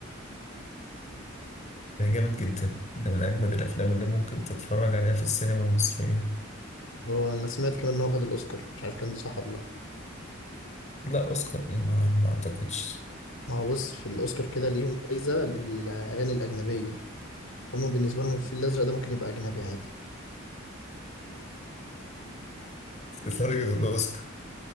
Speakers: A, on the left (about 35°); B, on the left (about 85°).
A: ده جامد جدا ده من أجمد الأفلام اللي ممكن تتفرج عليها في السينما المصرية
B: هو انا سمعت كمان ان هو خد الاوسكار مش عارف كان ده صح ولا لا
A: لا أوسكار إيه ما, ما أعتقدش
B: ما هو بص في الأوسكار كده ليهم جايزة للأغاني الأجنبية هما بالنسبة لهم الفيل الأزرق ده ممكن يبقى أجنبي عادي
A: لدرجة الأوسكار